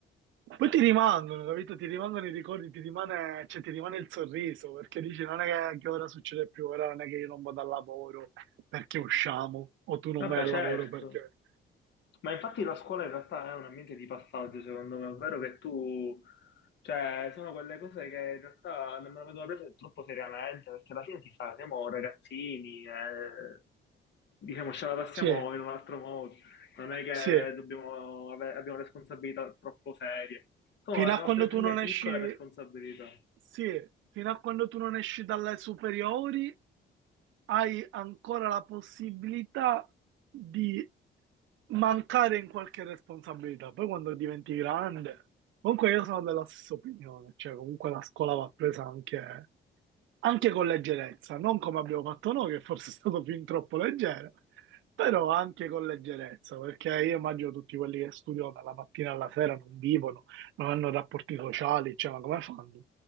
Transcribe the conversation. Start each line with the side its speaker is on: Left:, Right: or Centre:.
Right: poi ti rimangono, capito? Ti rimangono i ricordi, ti rimane, cioè, ti rimane il sorriso, perché dici non è che, che ora succede più, ora non è che io non vado al lavoro perché usciamo, o tu non
Left: Vabbè,
Right: vai al
Left: certo.
Right: lavoro perché...
Left: Ma infatti la scuola in realtà è un ambiente di passaggio, secondo me, ovvero che tu, cioè, sono quelle cose che in realtà non me le vengono prese troppo seriamente, perché alla fine si sa, siamo ragazzini, eh, diciamo, ce la passiamo
Right: Sì,
Left: in un altro modo, non è che
Right: sì,
Left: dobbiamo ave- abbiamo responsabilità troppo serie, sono
Right: fino
Left: le
Right: a
Left: nostre
Right: quando tu
Left: prime
Right: non esci,
Left: piccole responsabilità.
Right: sì, fino a quando tu non esci dalle superiori hai ancora la possibilità di mancare in qualche responsabilità. Poi quando diventi grande, comunque io sono della stessa opinione, cioè comunque la scuola va presa anche, anche con leggerezza, non come abbiamo fatto noi, che forse è stato fin troppo leggero, però anche con leggerezza, perché io immagino tutti quelli che studiano dalla mattina alla sera non vivono, non hanno rapporti sociali, cioè ma come fanno?